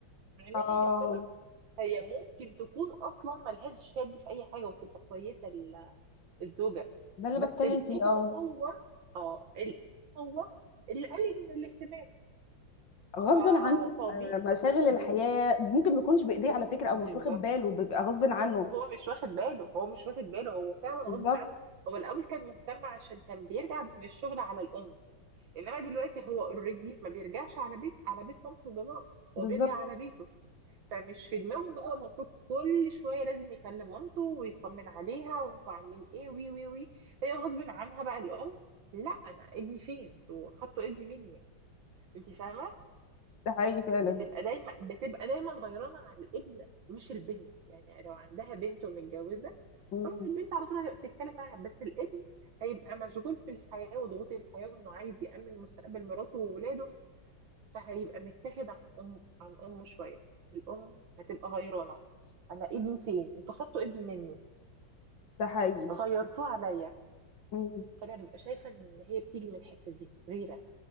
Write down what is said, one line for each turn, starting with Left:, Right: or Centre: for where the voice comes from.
Right: مع انها
Left: اه
Right: هي مش سبب هي ممكن تكون اصلا ملهاش شد في اي حاجه وتبقى كويسه ال- الزوجه
Left: ده اللي
Right: بس
Left: بتكلم
Right: الابن
Left: فيه اه
Right: هو اه الابن هو اللي قلل من الاهتمام
Left: غصب
Right: فطبيعي
Left: عنه آه، مشاغل الحياة
Right: بز-
Left: ممكن ما يكونش بإيديه على فكرة أو
Right: بالظبط
Left: مش واخد باله بيبقى غصب عنه
Right: هو مش واخد باله هو مش واخد باله هو فعلا غصب
Left: بالظبط
Right: عنه هو الاول كان مهتم عشان كان بيرجع من الشغل على الام انما دلوقتي هو اوريدي ما بيرجعش على بيت على بيت مامته وباباه
Left: بالظبط
Right: هو بيرجع على بيته فمش في دماغه ان هو المفروض كل شويه لازم يكلم مامته ويطمن عليها وانتوا عاملين ايه وي وي وي هي غصب عنها بقى الام لا انا ابني فين انتوا خدتوا ابني مني انت فاهمه
Left: ده حقيقي فعلا
Right: بتبقى دايما بتبقى دايما غيرانه على الابن مش البنت يعني لو عندها بنت ومتجوزه
Left: مم.
Right: طبعا البنت على طول هتبقى بتتكلم معاها بس الابن هيبقى مشغول في الحياه وضغوط الحياه وانه عايز يامن مستقبل مراته وولاده فهيبقى متاخد عن أم عن أمه شوية الأم هتبقى غيرانة أنا ابني فين؟ انتوا خدتوا ابني مني
Left: ده حقيقي
Right: غيرتوه عليا
Left: مم.
Right: فأنا ببقى شايفة إن هي بتيجي من الحتة دي غيرة